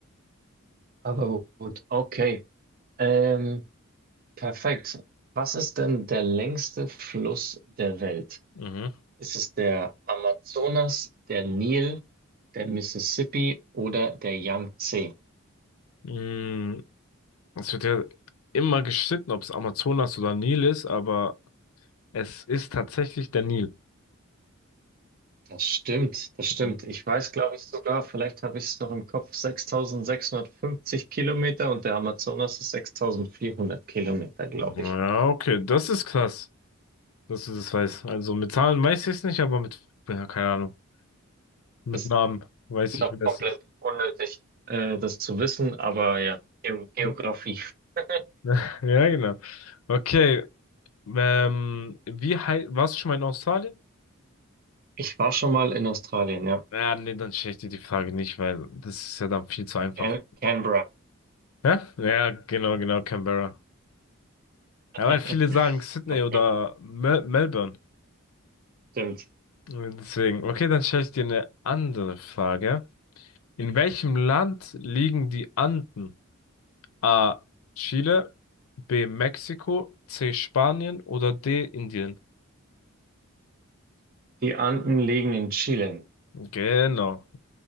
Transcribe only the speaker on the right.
Aber gut, okay. Ähm, Perfekt. Was ist denn der längste Fluss der Welt?
Ist es der Amazonas, der Nil, der Mississippi oder der Yangtze?
Das stimmt, das stimmt.
Ich weiß, glaube ich, sogar, vielleicht habe ich es noch im Kopf, 6650 Kilometer und der Amazonas ist 6400 Kilometer, glaube
ich.
Ist
noch
komplett
unnötig, äh, das zu wissen, aber ja, Ge- Geografie.
<laughs>
Ich war schon mal in Australien, ja.
Can Canberra.
<laughs>
Okay,
stimmt.
Die Anden liegen in Chile.